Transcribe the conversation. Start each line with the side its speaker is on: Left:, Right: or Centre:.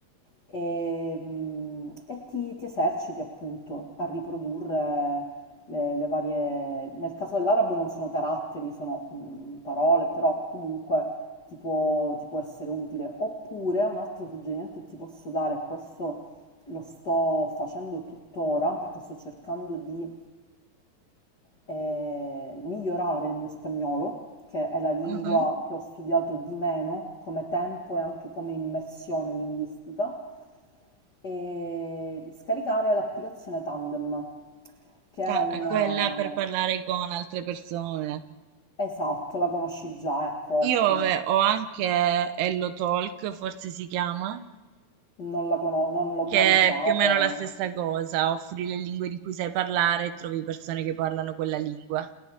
Left: E, mm, e ti, ti eserciti appunto a riprodurre le, le varie... Nel caso dell'arabo non sono caratteri, sono mm, parole, però comunque ti può, ti può essere utile. Oppure un altro suggerimento che ti posso dare, questo lo sto facendo tuttora perché sto cercando di e migliorare il mio spagnolo, che è la lingua
Right: mhm.
Left: che ho studiato di meno come tempo e anche come immersione linguistica, e scaricare l'applicazione Tandem, che
Right: Ta-
Left: è una...
Right: è quella per parlare con altre persone.
Left: Esatto, la conosci già, ecco, ottimo.
Right: Io ave- ho anche Hello Talk, forse si chiama,
Left: Non la conosco, non l'ho
Right: che
Left: mai usata.
Right: è più o meno la stessa cosa, offri le lingue di cui sai parlare e trovi persone che parlano quella lingua.